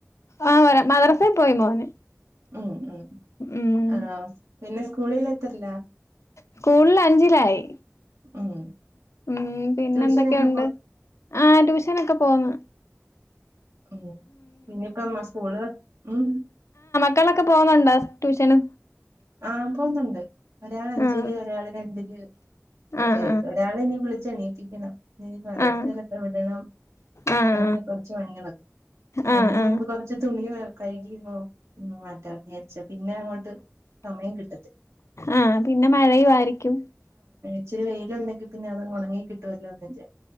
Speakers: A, on the left; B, on the right.
A: ആ വരാ മദ്രാസൽ പോയി മോന്
B: ഉം ഉം
A: ഉം
B: ആ പിന്നെ സ്കൂളിൽ എത്രയില്ല
A: സ്കൂളിൽ അഞ്ചിലായി
B: ഉം
A: ഉം പിന്നെ
B: ട്യൂഷനൊക്കെ
A: എന്തൊക്കെയുണ്ട് ആ ട്യൂഷനൊക്കെ പോന്ന്
B: ഉം പിന്നിപ്പ എന്നാ സ്കൂള് ഉം
A: ട്ടിയളൊക്കെ പോന്നുണ്ടോ ട്യൂഷന്
B: ആ പോന്നുണ്ട് ഒരാള് അഞ്ചില്
A: ആഹ്
B: ഒരാള് രണ്ടില് <unintelligible>
A: ആഹ്
B: ഒരാളിനി പ്ലസ് ച്ച് ഇണീപ്പിക്കണം ഇന്നിനി മദരസേലൊക്കെ
A: ആഹ്
B: വിടണം
A: ആഹ് ആഹ്
B: അങ്ങനെ കൊറച്ച് പണികളൊക്കെ
A: ആഹ്
B: അതിന്
A: ആഹ് ആഹ്
B: മുമ്പ് കൊറച്ച് തുണിക കഴുകിന്നോ ഒന്ന് മാറ്റാന്ന് വിചാരിച്ചു പിന്നെ അങ്ങോട്ട് സമയം കിട്ടത്തില്ല
A: ആ പിന്നെ മഴയുവാരിക്കും
B: ഇച്ചരി വെയിലുണ്ടെങ്കി പിന്നെ അതങ്ങ് ഉണങ്ങി കിട്ടുവല്ലോന്ന് വിചാ